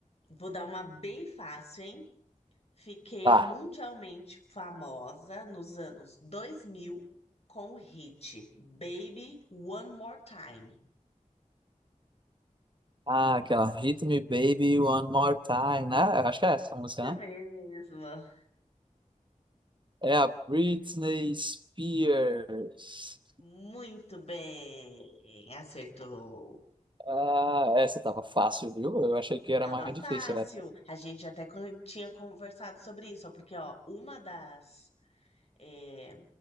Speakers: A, on the left (about 50°); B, on the right (about 35°).
A: vou dar uma bem fácil, hein? Fiquei
B: Tá.
A: mundialmente famosa nos anos 2000 com o hit Baby One More Time.
B: Ah, aquela Hit Me Baby One More Time, né? Eu Acho que é essa a
A: Isso
B: música, né?
A: mesmo.
B: É a Britney Spears.
A: Muito bem, acertou.
B: Ah, essa tava fácil, viu? Eu achei que era
A: Tava
B: mais difícil,
A: fácil.
B: né?
A: A gente até con- tinha conversado sobre isso, ó, porque ó, uma das, é,